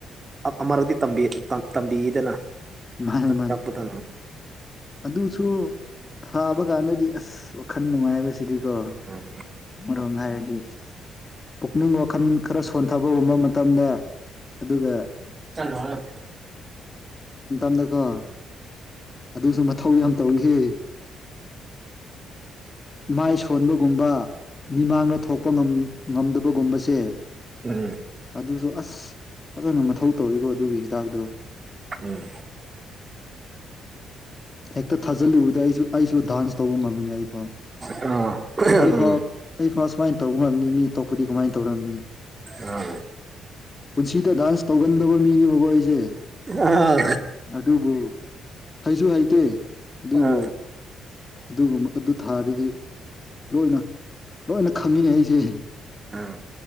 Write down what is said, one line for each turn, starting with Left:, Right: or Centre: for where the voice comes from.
Right: ꯑꯃꯔꯛꯇꯤ ꯇꯝꯕꯤꯗꯅ
Left: ꯃꯥꯅꯦ
Right: ꯇꯠꯇꯥꯄꯗ
Left: ꯃꯥꯅꯦ ꯑꯗꯨꯁꯨ ꯊꯥꯕ ꯀꯥꯟꯗꯗꯤ ꯑꯁ ꯋꯥꯈꯜ ꯅꯨꯡꯉꯥꯏꯕꯁꯤꯗꯤꯀꯣ
Right: ꯎꯝ
Left: ꯃꯝ ꯍꯥꯏꯥꯏꯗꯤ ꯄꯨꯛꯅꯤꯡ ꯋꯥꯈꯜ ꯈꯔ ꯁꯣꯟꯊꯕꯒꯨꯝꯕ ꯃꯇꯝꯗ ꯑꯗꯨꯒ
Right: ꯆꯠꯣ ꯍꯂ
Left: ꯗꯀꯣ ꯑꯗꯨꯁꯨ ꯃꯊꯧ ꯌꯥꯝ ꯇꯧꯏꯍ ꯃꯥꯏ ꯁꯣꯟꯕꯒꯨꯝ ꯥꯡꯗ ꯊꯣꯛ ꯉꯝꯗꯕꯒꯨꯝꯕꯁ
Right: ꯎꯝ ꯎꯝ
Left: ꯑꯗꯨꯁꯨ ꯑ ꯑꯁ ꯐꯖꯅ ꯃꯊꯧ ꯇꯧꯋꯀꯣ ꯑꯗꯨꯒꯤ ꯍꯤꯗꯥꯛꯇꯣ
Right: ꯎꯝ
Left: ꯍꯦꯛꯇ ꯊꯥꯖꯤꯜꯂꯨꯕꯗ ꯑꯩꯁꯨ ꯑꯩꯁꯨ ꯗꯥꯟꯁ ꯇꯧꯕ ꯉꯝꯃꯤꯅꯦ ꯑꯩ ꯑꯗꯣ
Right: ꯎꯝ ꯎꯝ ꯑꯥ
Left: ꯑꯩ
Right: ꯎꯝ
Left: ꯐꯥꯎ ꯑꯩ ꯐꯥꯎ ꯁꯨꯃꯥꯏꯅ ꯇꯧ ꯉꯝꯅꯤ ꯃꯤ ꯇꯣꯞꯄꯗꯤ ꯀꯃꯥꯏꯅ ꯇꯧꯔꯝꯅꯤ
Right: ꯎꯝ
Left: ꯄꯨꯟꯁꯤꯗ ꯗꯥꯟꯁ ꯇꯧꯒꯟꯗꯕ ꯃꯤꯅꯦꯕꯀꯣ ꯑꯩꯁꯦ
Right: ꯑꯥ
Left: ꯑꯗꯨꯕꯨ ꯍꯩꯁꯨ ꯍꯩꯇꯦ ꯑꯗꯨꯕꯨ
Right: ꯑꯥ
Left: ꯑꯗꯨꯒꯨꯝꯕ ꯑꯗꯨ ꯊꯥꯔꯗꯤ ꯂꯣꯏꯅ ꯂꯣꯏꯅ ꯈꯪꯉꯤꯅꯦ ꯑꯩꯁꯦ
Right: ꯑꯥ